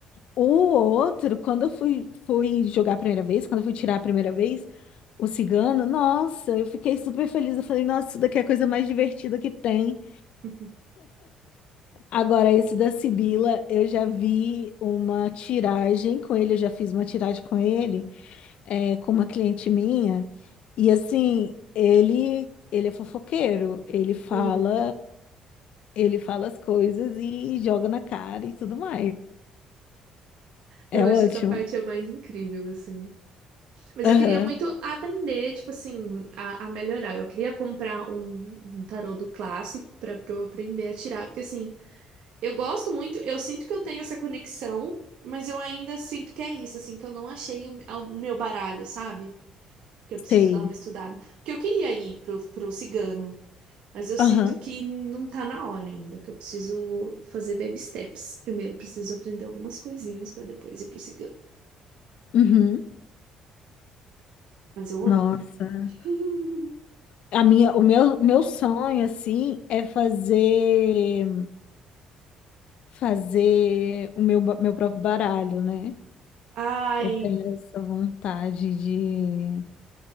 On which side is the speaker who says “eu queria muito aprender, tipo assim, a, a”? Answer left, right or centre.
Right